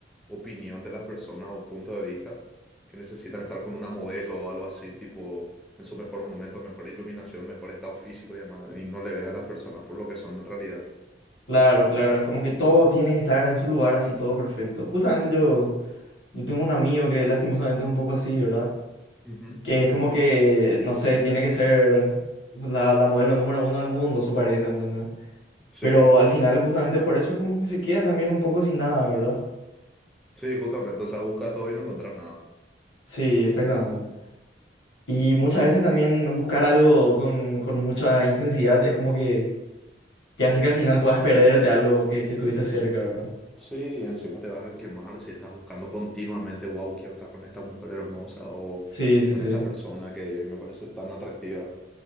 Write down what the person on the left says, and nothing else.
claro, claro. Es como que todo tiene que estar en su lugar así, todo perfecto. Justamente yo, yo tengo un amigo que lastimosamente es un poco así, ¿verdad?
Que es como que, no sé, tiene que ser la, la modelo número uno del mundo, su pareja, ¿entendés?
Pero al final, justamente por eso, es como que se queda también un poco sin nada, ¿verdad?
Sí, exactamente. Y muchas
veces también buscar algo con, con mucha intensidad es como que, que hace que al final puedas perderte algo que, que estuviste cerca, ¿verdad?
Sí, sí,
sí.